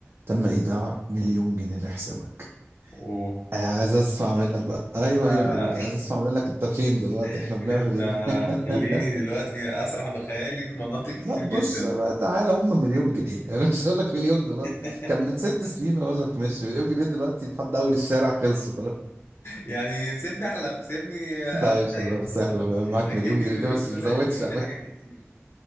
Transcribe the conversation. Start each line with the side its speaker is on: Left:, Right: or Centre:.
Right: تم ايداع مليون جنيه لحسابك
Left: اوه
Right: آه، عايز اسمع منك بقى ايوه
Left: آه،
Right: هي القودي عايز اسمع منك انت فين دلوقتي احنا
Left: <laughs>
Right: بنعمل
Left: انت
Right: ايه <laughs>
Left: هتخليني دلوقتي اسرح بخيالي في مناطق كتير
Right: لا بص
Left: جدا
Right: بقى تعالى هم مليون جنيه <laughs> انا مش هقول لك مليون دولار
Left: <laughs>
Right: كان من ست سنين اقول لك ماشي مليون جنيه دلوقتي لحد اول الشارع خلصوا خلاص
Left: يعني سيبني احلم سيبني
Right: <laughs> طيب
Left: اتخيل
Right: خلاص
Left: <laughs>
Right: احلى بقى معاك
Left: اكن
Right: مليون جنيه
Left: المليون
Right: بس
Left: دول
Right: ما تزودش
Left: هيشتروا لي حاجات كتير